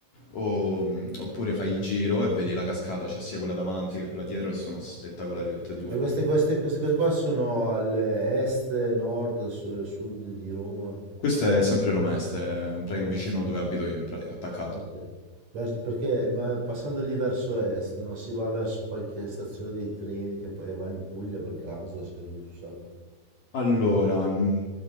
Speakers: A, on the left (about 50°); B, on the right (about 35°).
A: o- mm, oppure fai il giro e vedi la cascata, c'è sia quella davanti
B: sì.
A: che quella dietro, che sono spettacolari tutte e due.
B: E queste, queste, queste cose qua sono all'est, nord, su- sud di Roma.
A: Questa è sempre Romest, è pre-
B: Roma
A: vicino
B: est, ok.
A: dove abito io in pratica, attaccato.
B: Ok. Vers- perché ma passando lì verso est, no? Si va verso qualche stazione dei treni che poi va in Puglia per caso, se tu sai.
A: Allora, mh,